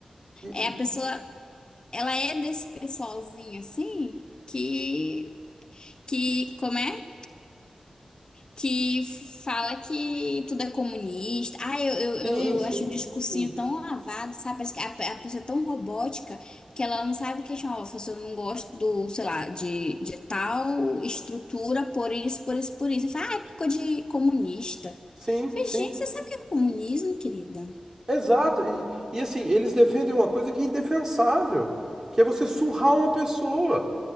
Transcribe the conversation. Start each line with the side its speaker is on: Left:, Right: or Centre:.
Right: E- e-
Left: é a pessoa, ela é desse pessoalzinho assim, que, que, como é? Que fala que tudo é comunista. Ah, eu, eu,
Right: sim,
Left: eu, eu
Right: sim,
Left: acho um discursinho
Right: sim.
Left: tão lavado, sabe? Parece que a, a pessoa é tão robótica que ela não sabe questionar. Ó, professor, eu não gosto do, sei lá, de, de tal estrutura, por isso, por isso, por isso. Fala, ah, é porque ficou de comunista.
Right: Sim,
Left: Eu Falei,
Right: sim.
Left: gente, você sabe o que é comunismo, querida?
Right: Exato. E, e assim, eles defendem uma coisa que é indefensável, que é você surrar uma pessoa.